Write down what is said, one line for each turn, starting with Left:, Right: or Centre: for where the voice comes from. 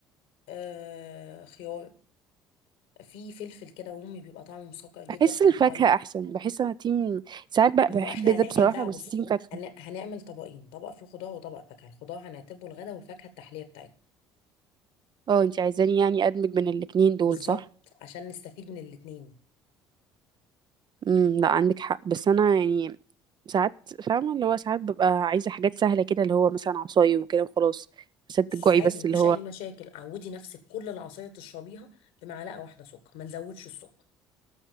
Left: آه خيار في فلفل كده امي بيبقى طعمه مسكر جدا
Right: بحس
Left: قطعيه
Right: الفاكهه احسن بحس انا تيم ساعات بقى
Left: ما
Right: بحب
Left: هو احنا
Right: ده
Left: هننقل
Right: بصراحه
Left: بقى
Right: بس
Left: بصي
Right: تيم فاكهه
Left: هن- هنعمل طبقين طبق فيه خضار وطبق فاكهة الخضار هنعتبه الغدا والفاكهة التحلية بتاعتنا
Right: اه انتي عايزاني يعني ادمج بين الاتنين دول
Left: بالظبط
Right: صح
Left: عشان نستفيد من الاتنين
Right: امم لا عندك حق بس انا يعني ساعات فاهمه اللي هو ساعات ببقى عايزه حاجات سهله كده اللي هو مثلا عصاي وكده وخلاص سد الجوعي
Left: عادي
Right: بس
Left: مفيش
Right: اللي هو
Left: اي مشاكل عودي نفسك كل العصاير تشربيها بمعلقه واحده سكر ما نزودش السكر